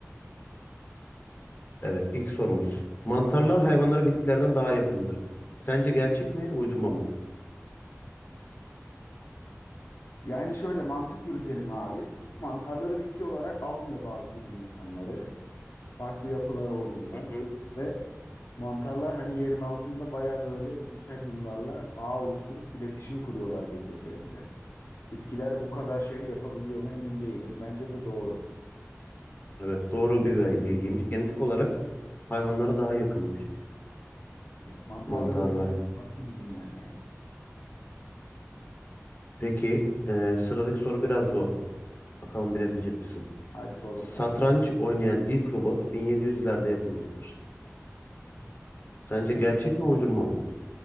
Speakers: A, on the left; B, on the left.
A: Evet, ilk sorumuz. Mantarlar hayvanlara bitkilerden daha yakındır. Sence gerçek mi, uydurma mı?
B: Yani şöyle mantık yürütelim abi. Mantarları bitki olarak almıyor bazı bilim insanları. Farklı yapıları olduğundan.
A: Hı hı.
B: Ve mantarlar hani yerin altında baya böyle miselyumlarla ağ oluşturup iletişim kuruyorlar birbirleriyle. Bitkiler bu kadar şey yapabiliyor mu emin değilim. Bence bu doğru.
A: Evet, doğru bir bil- bilgiymiş. Genetik olarak hayvanlara daha yakınmış
B: Evet, mantarların
A: mantarlar.
B: dünyası farklı bir dünya yani.
A: Peki, e, sıradaki soru biraz zor. Bakalım bilebilecek misin?
B: Hadi sor
A: Satranç
B: bakalım.
A: oynayan ilk robot 1700'lerde yapılmıştır. Sence gerçek mi uydurma mı?